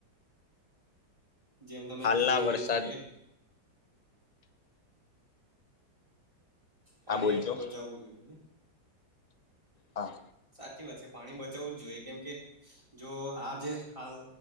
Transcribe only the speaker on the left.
હાલના
વરસાદ
હા બોલજો
હા.